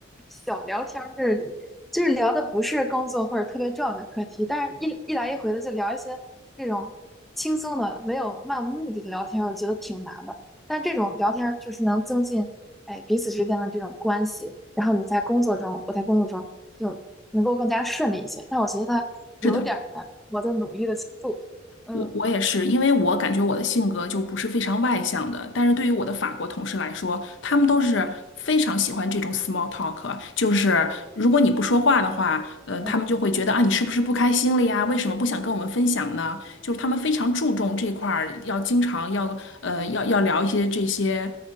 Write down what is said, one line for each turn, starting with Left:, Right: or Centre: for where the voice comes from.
Centre: 小聊天儿，就是就是聊的不是工作或者特别重要的课题，但是一一来一回的就聊一些这种轻松的、没有漫无目的的聊天儿，我觉得挺难的。但这种聊天儿就是能增进哎彼此之间的这种关系，然后你在工作中，我在工作中就能够更加顺利一些。但我觉得它有点儿难，
Left: 是的。
Centre: 我在努力的去做。嗯。
Left: 我我也是，因为我感觉我的性格就不是非常外向的，但是对于我的法国同事来说，他们都是非常喜欢这种 small talk，就是如果你不说话的话，嗯，
Centre: 对啊，
Left: 他们就会觉得啊，你是不是不开心了呀？为什么不想跟我们分享呢？就是他们非常注重这块儿，要经常要呃要要聊一些这些